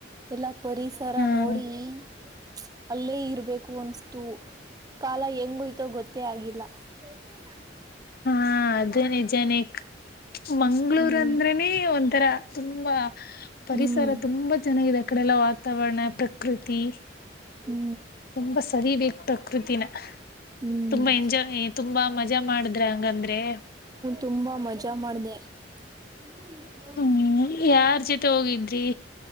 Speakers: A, on the right; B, on the left.
A: ಎಲ್ಲಾ ಪರಿಸರ
B: ಹ್ಮ್
A: ನೋಡೀ ಪ್ಚ್ ಅಲ್ಲೇ ಇರ್ಬೇಕು ಅನುಸ್ತು ಕಾಲ ಹೆಂಗೋಯ್ತೋ ಗೊತ್ತೇ ಆಗಿಲ್ಲಾ. ಹೆಸ್ರು ನಂಗು
B: ಹಾ ಅದು ನಿಜಾನೆ. ಪ್ಚ್ ಮಂಗ್ಗಳೂರ್
A: ಹ್ಮ್
B: ಅಂದ್ರನೇ ಒಂಥರಾ ತುಂಬಾ. ಪರಿಸರ
A: ಹ್ಮ್
B: ತುಂಬಾ ಚೆನ್ನಾಗಿದೆ ಆ ಕಡೆಲ್ಲಾ ವಾತಾವರಣ ಪ್ರಕೃತಿ.
A: ಹು
B: ತುಂಬಾ ಸವಿಬೇಕ ಪ್ರಕೃತಿನ.
A: ಹ್ಮ್
B: ತುಂಬಾ ಎಂಜಾಯ್ ತುಂಬಾ ಮಜಾ ಮಾಡಿದ್ರ ಹಂಗಂದ್ರೆ.
A: ತುಂಬ ಮಜಾ ಮಾಡಿದೆ. ಹು ಹೇಳಿ
B: ಹು ಯಾರ್ ಜೊತೆ ಹೋಗಿದ್ರಿ.